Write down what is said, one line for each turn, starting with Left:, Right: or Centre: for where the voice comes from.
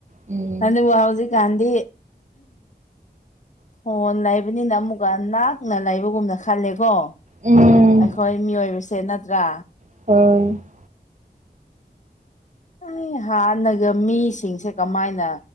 Right: ꯎꯝ
Left: ꯑꯗꯨꯕꯨ ꯍꯧꯖꯤꯛꯀꯥꯟꯗꯤ ꯐꯣꯟ ꯂꯩꯕꯅꯤꯅ ꯑꯃꯨꯛꯀ ꯅꯥꯛꯅ ꯂꯩꯕꯒꯨꯝꯅ ꯈꯜꯂꯦꯀꯣ
Right: ꯎꯝ
Left: ꯑꯩꯈꯣꯏ ꯃꯤꯑꯣꯏꯕꯁꯦ ꯅꯠꯇ꯭ꯔꯥ
Right: <unintelligible>
Left: ꯑꯩ ꯍꯥꯟꯅꯒ ꯃꯤꯁꯤꯡꯁꯦ ꯀꯃꯥꯏꯅ